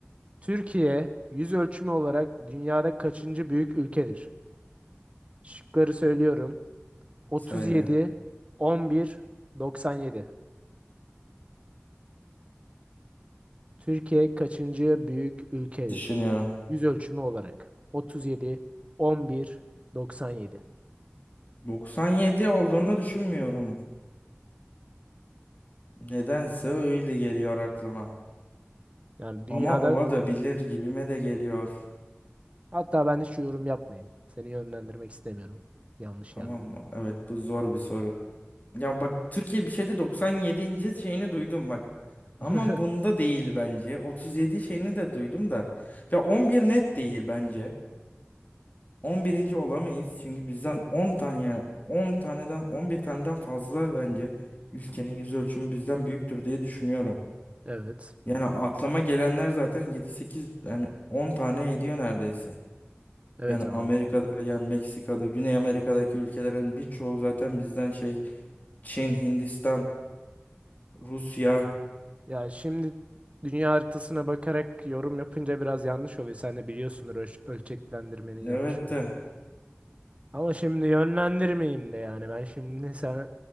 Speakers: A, on the right; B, on the left.
A: Türkiye yüz ölçümü olarak dünyada kaçıncı büyük ülkedir? Şıkları söylüyorum. 37,
B: Söyle.
A: 11, 97. Türkiye kaçıncı büyük ülkedir?
B: Düşünüyorum.
A: Yüz ölçümü olarak. 37, 11, 97.
B: 97 olduğunu düşünmüyorum. Nedense öyle geliyor aklıma.
A: Yani dünyada
B: Ama ola da bilir gibime de geliyor.
A: hatta ben hiç yorum yapmayayım. Seni yönlendirmek istemiyorum. Yanlış
B: Tamam
A: yerlere.
B: mı? Evet bu zor bir soru. Ya bak Türkiye bir şeyde 97. şeyini duydum bak.
A: <laughs>
B: Ama bunda değil bence. 37 şeyini de duydum da. Ya 11 net değil bence. 11. olamayız çünkü bizden 10 tane yani 10 taneden 11 taneden fazla bence ülkenin yüz ölçümü bizden büyüktür diye düşünüyorum.
A: Evet.
B: Yani aklıma gelenler zaten 7-8 yani 10 tane ediyor neredeyse.
A: Evet
B: Yani
A: abi.
B: Amerika'da yani Meksika'da Güney Amerika'daki ülkelerin birçoğu zaten bizden şey Çin, Hindistan, Rusya
A: Ya şimdi dünya haritasına bakarak yorum yapınca biraz yanlış oluyor. Sen de biliyorsundur ölç- ölçeklendirmenin yanlış
B: evet de
A: Ama şimdi yönlendirmeyeyim de yani ben şimdi <laughs> sana